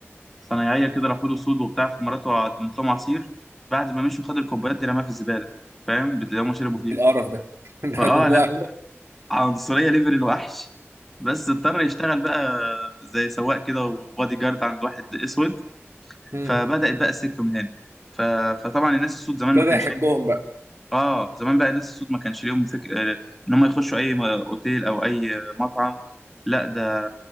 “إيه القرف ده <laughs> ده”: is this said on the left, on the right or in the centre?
Right